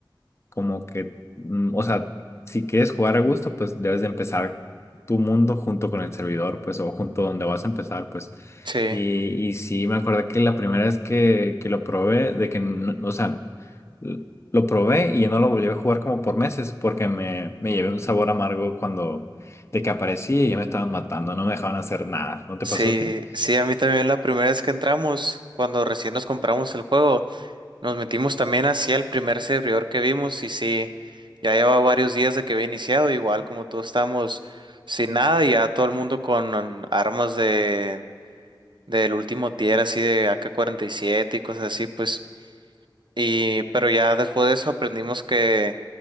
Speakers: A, on the left (about 35°); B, on the right (about 65°).
A: como que, mm, o sea, si quieres jugar a gusto, pues debes de empezar tu mundo junto con el servidor, pues, o junto donde vas a empezar, pues.
B: Sí,
A: Y, y sí, me acordé que la primera vez que, que lo probé, de que, no- o sea, l- lo probé y ya no lo volví a jugar como por meses, porque me, me llevé un sabor amargo cuando, de que aparecía y ya me estaban matando, no me dejaban hacer nada. ¿No te
B: sí,
A: pasó a ti?
B: sí, a mí también la primera vez que entramos, cuando recién nos compramos el juego, nos metimos también hacia el primer servidor que vimos y sí, ya lleva varios días de que había iniciado, igual como todos estamos sin nada y ya todo el mundo con mm, armas de del último tier así de AK-47 y siete y cosas así, pues. Y, pero ya después de eso aprendimos que,